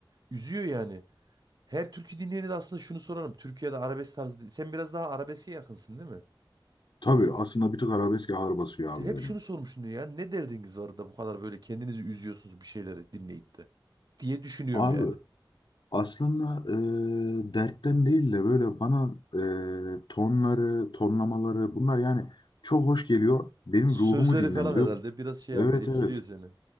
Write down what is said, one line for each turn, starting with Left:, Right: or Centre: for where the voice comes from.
Right: Üzüyor yani. Her türkü dinleyeni de aslında şunu sorarım. Türkiye'de arabesk tarzı. Sen biraz daha arabeske yakınsın değil mi?
Left: Tabii aslında bir tık arabesk ağır basıyor
Right: hep
Left: abi benim.
Right: şunu sormuştum ya. Ne derdiniz var da bu kadar böyle kendinizi üzüyorsunuz bir şeyleri dinleyip de diye düşünüyorum
Left: Abi
Right: yani.
Left: aslında e, dertten değil de böyle bana e, tonları, tonlamaları bunlar yani çok hoş geliyor. Benim
Right: Sözleri
Left: ruhumu dinlendiriyor.
Right: falan herhalde biraz şey
Left: Evet
Right: yapıyor, etkiliyor
Left: evet.
Right: seni.